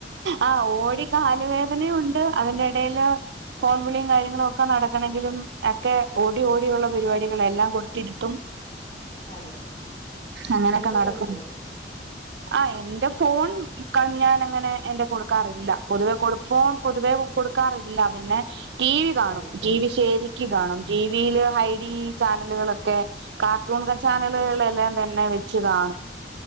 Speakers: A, on the right; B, on the left.
A: ആഹ് ഓടി കാലുവേദനേം ഒണ്ട് അതിന്റെ എടേല് ഫോൺവിളിയും കാര്യ ങ്ങളുവോക്കെ നടക്കണങ്കിലും എക്കെ ഓടി ഓടിയുള്ള പരിപാടികളെല്ലാം കൊടുത്തിരുത്തും
B: അതെ
A: അങ്ങനെക്കെ
B: ഫോണ്
A: നടക്കും
B: കളിക്കോ
A: ആഹ് എന്റെ ഫോൺ മുക്കാലും ഞാൻ അങ്ങനെ എന്റെ കൊടുക്കാറില്ല പൊതുവെ കൊടു ഫോൺ
B: ഉം,
A: പൊതുവേ കൊടുക്കാറില്ല പിന്നെ ടി
B: ഏറ്റവും
A: വി കാണും
B: നല്ലത്
A: ടി വി ശെരിക്ക്
B: ആഹ്
A: കാണും ടി വില് ഹൈ ഡി ചാനലുകളൊക്കെ കാർട്ടൂൺ ചാനലുകളെല്ലാം
B: ആഹ്
A: തന്നെ വെച്ച് കാണും